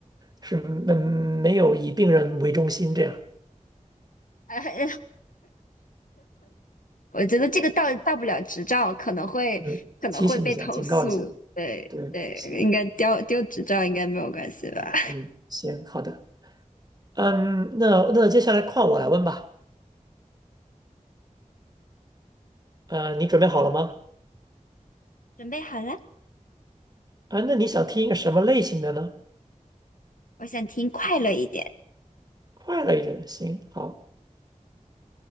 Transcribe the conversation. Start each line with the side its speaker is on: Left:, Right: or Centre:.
Right: 是没没有以病人为中心这样，
Left: <laughs> 我觉得这个到到不了执照，可能会可能会被投诉。
Right: 嗯，提醒一下，警告一下，
Left: 对对，
Right: 对，行，
Left: 应该丢丢执照应该没有关系吧？
Right: 嗯，行，好的，嗯，那那接下来换我来问吧，呃，你准备好了吗？
Left: <laughs> 准备好了，
Right: 啊，那你想听一个什么类型的呢？
Left: 我想听快乐一点。
Right: 快乐一点的，行，好，